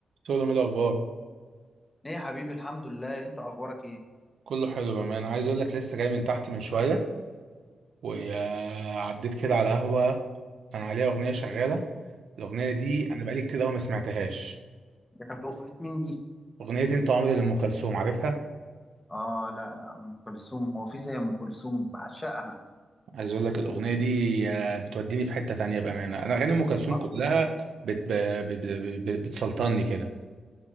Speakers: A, on the right (about 70°); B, on the left (about 15°).
A: سودا من الاخبار
B: ايه يا حبيبي الحمد لله انت اخبارك ايه
A: كله حلو بامانه عايز اقول لك لسه جاي من تحت من شويه وعديت كده على قهوه كان عليها اغنيه شغاله الاغنيه دي انا بقالي كتير قوي ما سمعتهاش
B: ده كانت أغنية مين دي؟
A: اغنيه انت عمري لام كلثوم عارفها
B: اه لا لا ام كلثوم هو في زي ام كلثوم بعشقها
A: عايز اقول لك الاغنيه دي آه، بتوديني في حته تانية بامانه انا اغاني ام كلثوم
B: آه،
A: كلها بت... ب... ب... ب... ب... بتسلطني كده